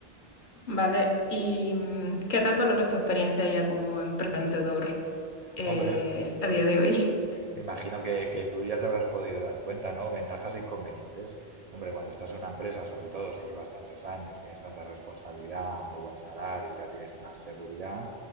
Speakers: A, on the left (about 55°); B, on the right (about 55°).
A: Vale. ¿Y mm, qué tal valoras tu experiencia ya como emprendedor eh,
B: Hombre,
A: a día de hoy?
B: Me imagino que, que tú ya te habrás podido dar cuenta, ¿no? Ventajas e inconvenientes. Hombre, cuando estás en una empresa, sobre todo si llevas tantos años, tienes tanta responsabilidad, muy buen salario y tal, tienes una seguridad